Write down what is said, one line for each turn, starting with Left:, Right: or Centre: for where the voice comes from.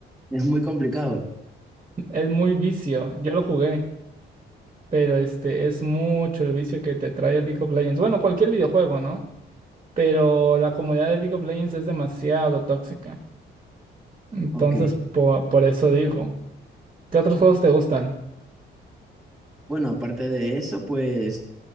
Centre: es muy complicado.
Right: Es muy vicio, yo lo jugué, pero este es mucho el vicio que te trae el League of Legends. Bueno, cualquier videojuego, ¿no? pero la comunidad de League of Legends es demasiado tóxica. Entonces,
Centre: Ok.
Right: po- por, eso digo, ¿qué otros juegos te gustan?
Centre: Bueno, aparte de eso, pues